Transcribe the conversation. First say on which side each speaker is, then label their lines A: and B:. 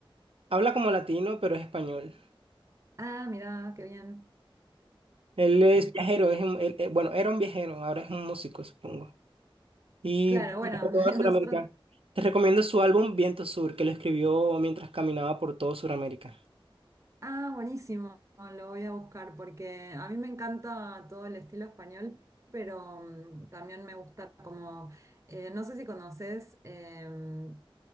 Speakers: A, on the right (about 75°); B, on the right (about 35°).
A: habla como latino, pero es español.
B: Ah, mira, qué bien.
A: Él es
B: ¿Y
A: viajero, es un- él- él- bueno, era un viajero, ahora es un músico, supongo. Y
B: Claro,
A: viajó
B: bueno,
A: toda
B: <laughs>
A: Sudamérica.
B: nosotros...
A: Te recomiendo su álbum Viento Sur, que lo escribió mientras caminaba por todo Sudamérica.
B: Ah, buenísimo, lo voy a buscar porque a mí me encanta todo el estilo español, pero mm, también me gusta como, eh, no sé si conoces em,